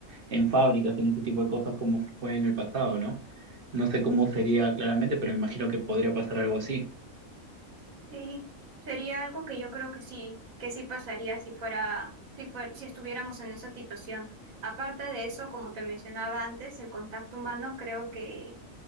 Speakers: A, on the right (about 45°); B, on the right (about 75°).
A: en fábricas, en ese tipo de cosas como fue en el pasado, ¿no? No sé cómo sería claramente, pero me imagino que podría pasar algo así.
B: Sí, sería algo que yo creo que sí, que sí pasaría si fuera, si fuera, si estuviéramos en esa situación. Aparte de eso, como te mencionaba antes, el contacto humano creo que